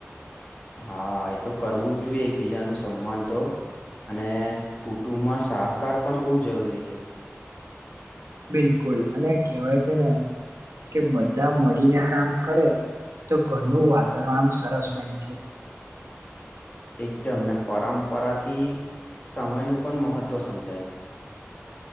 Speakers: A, on the left; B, on the right.
A: હા એ તો કરવું જ જોઈએ એકબીજાનું સમાન તો અને કુટુંબમાં સહકાર પણ બહુ જરૂરી છે.
B: બિલકુલ અને કેહેવાય છે ને કે બધા મળીને કામ કરે તો ઘરનું વાતાવરણ સરસ બને છે.
A: એકદમ ને પરંપરા થી સમયનું પણ મહત્ત્વ સમજાય છે.